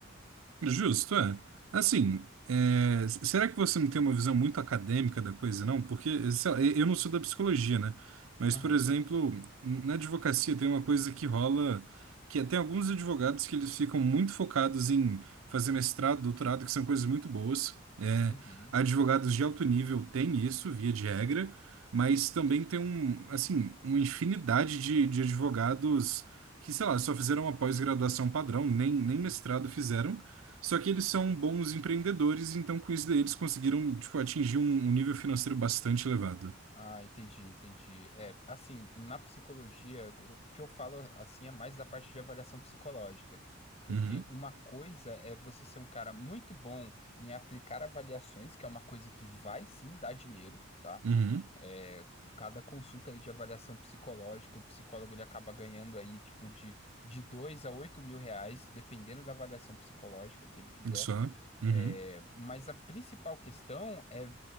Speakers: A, on the right; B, on the left.
A: Justo, é. Assim, é, s- será que você não tem uma visão muito acadêmica da coisa, não? Porque, sei lá, eu não sou da psicologia, né? Mas,
B: Aham.
A: por exemplo, na advocacia tem uma coisa que rola, que é, tem alguns advogados que eles ficam muito focados em fazer mestrado, doutorado, que são coisas muito boas. É,
B: Uhum.
A: advogados de alto nível têm isso, via de regra, mas também tem um, assim, uma infinidade de, de advogados que, sei lá, só fizeram uma pós-graduação padrão, nem, nem mestrado
B: Uhum.
A: fizeram só que eles são bons empreendedores, então com isso daí eles conseguiram, tipo, atingir um, um nível financeiro bastante elevado.
B: Ah, entendi, entendi. É, assim, na psicologia, o que eu falo assim é mais da parte de avaliação psicológica, porque
A: Uhum,
B: uma coisa é você ser um cara muito bom em aplicar avaliações, que é uma coisa que vai sim dar dinheiro, tá?
A: uhum,
B: É, cada consulta aí de avaliação psicológica, o psicólogo ele acaba ganhando aí tipo de de dois a oito mil reais, dependendo da avaliação psicológica que ele fizer.
A: só, uhum,
B: É, mas a principal questão é